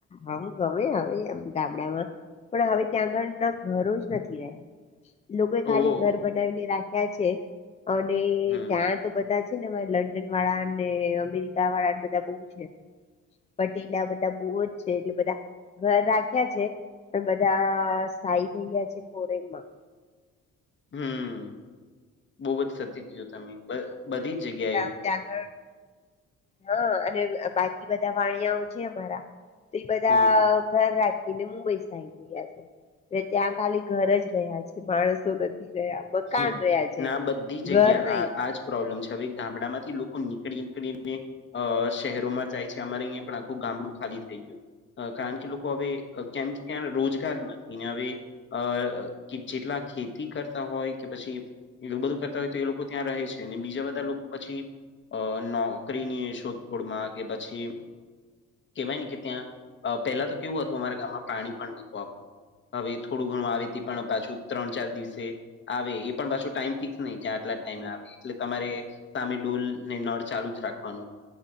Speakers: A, on the left (about 25°); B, on the left (about 40°).
A: આમ ગમે આવે આમ ગામડામાં પણ હવે ત્યાં આગળના ઘરો જ નથી રહ્યા લોકો એ ખાલી
B: ઓહ
A: ઘર બનાવીને રાખ્યા છે અને
B: હમ
A: ત્યાં તો બધા છે ને લંડન વાળા અને અમેરિકા વાળાને બધા બહુ છે પટે એટલા બધા બહુ જ છે એટલે બધા ઘર રાખ્યા છે પણ બધા સાઈ થઈ ગયા છે ફોરેનમાં
B: હમ્મ બવજ સતય કીધું તમે બ બધી જગ્યા
A: ત્યાં આગળ હા અને બાકી બધા વાણિયાઓ છે અમારા તો એ બધા
B: હમ
A: ઘર રાખીને મુંબઈ સાઈ થયા છે ત્યાં ખાલી ઘર જ રહ્યા છે માણસો નથી રહ્યા મકાન
B: <unintelligible>
A: રહ્યા છે.
B: ના બધી જગ્યા
A: ઘર નહી
B: આ આજ પ્રોબ્લેમ છે હવે ગામડામાંથી લોકો નીકળી નીકળીને અ શહેરોમાં જાય છે અમારે અહીંયા પણ આખું ગામડું ખાલી થઈ ગયું કારણ કે લોકો હવે કેમથી ત્યાં રોજગાર નથી ને હવે અ કે જેટલા ખેતી કરતા હોય કે પછી એલુ બધું કરતા હોય તો એ લોકો ત્યાં રહે છે અને બીજા બધા લોકો પછી અ નોકરીની શોધખોળમાં કે પછી કેવાય ને કે ત્યાં પેલા તો કેવું હતું અમારા ગામમાં પાણી પણ નહતું આપતું હવે થોડું ઘણું આવી ત પણ પાછું ત્રણ ચાર દિવસે આવે એ પણ પાછું ટાઈમ ફિક્સ નહી કે આટલા ટાઈમે આવે એટલે તમારે સામે ડોલ ને નળ ચાલુ જ રાખવાનું